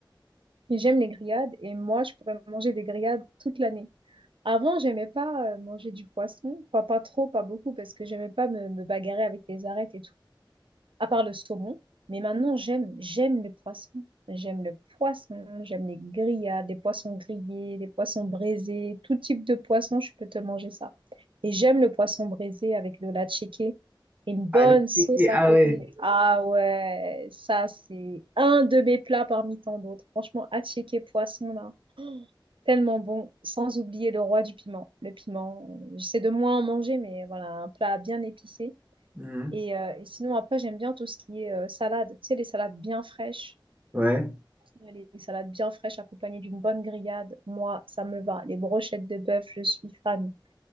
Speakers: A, on the right (about 80°); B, on the right (about 20°).
A: Mais j'aime les grillades et moi, je pourrais manger des grillades toute l'année. Avant, j'aimais pas euh, manger du poisson, pas, pas trop, pas beaucoup, parce que j'aimais pas me, me bagarrer avec les arêtes et tout, à part le saumon. Mais maintenant, j'aime, j'aime le poisson. J'aime le poisson, j'aime les grillades, les poissons grillés, les poissons braisés, tout type de poisson, je peux te manger ça. Et j'aime le poisson braisé avec de la et une bonne
B: Ah, la-
A: sauce à
B: ah
A: côté.
B: ouais.
A: Ah ouais, ça, c'est un de mes plats parmi tant d'autres. Franchement, à poisson, là. Tellement bon, sans oublier le roi du piment. Le piment, euh, j'essaie de moins en manger, mais voilà, un plat bien épicé.
B: Mhm.
A: Et, euh, et sinon, après, j'aime bien tout ce qui est euh, salade. Tu sais, les salades bien fraîches.
B: Ouais.
A: Ouais, Les les salades bien fraîches accompagnées d'une bonne grillade, moi, ça me va. Les brochettes de bœuf, je suis fan.